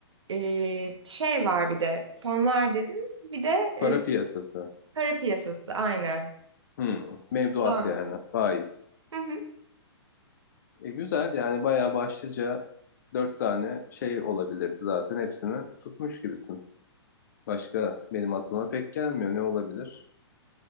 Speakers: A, on the right; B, on the left.
A: e, şey var bir de fonlar dedim. Bir de
B: Para
A: e,
B: piyasası.
A: Para piyasası aynen.
B: Hmm. Mevduat
A: Dört.
B: yani. Faiz.
A: Hı hı.
B: E, güzel yani bayağı başlıca dört tane şey olabilirdi zaten hepsini tutmuş gibisin. Başka benim aklıma pek gelmiyor. Ne olabilir?